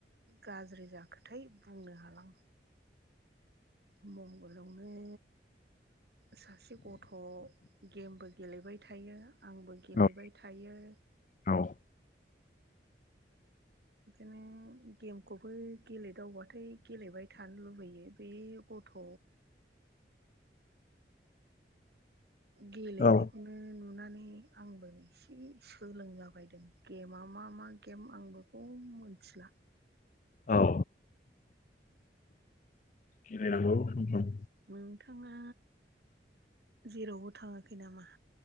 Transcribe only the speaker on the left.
औ
औ
औ
औ। गेलेनांगौ सम सम।